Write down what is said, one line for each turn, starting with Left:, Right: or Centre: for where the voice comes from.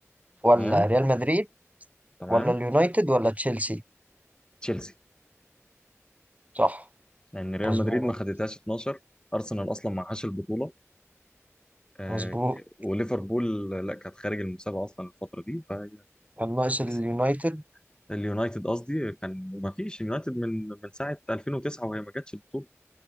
Right: ولا
Left: تمام
Right: ريال مدريد
Left: تمام
Right: ولا اليونايتد ولا تشيلسي
Left: تشيلسي
Right: صح
Left: لأن ريال
Right: مظبوط
Left: مدريد ما خدتهاش 12 أرسنال أصلا ما معهاش البطولة آه،
Right: مظبوط
Left: ك- وليفربول لا كانت خارج المسابقه اصلا الفتره دي فهي
Right: كان ناقص
Left: تشيلسي
Right: اليونايتد
Left: اليونايتد قصدي كان ما فيش يونايتد من من ساعه 2009 وهي ما جاتش البطوله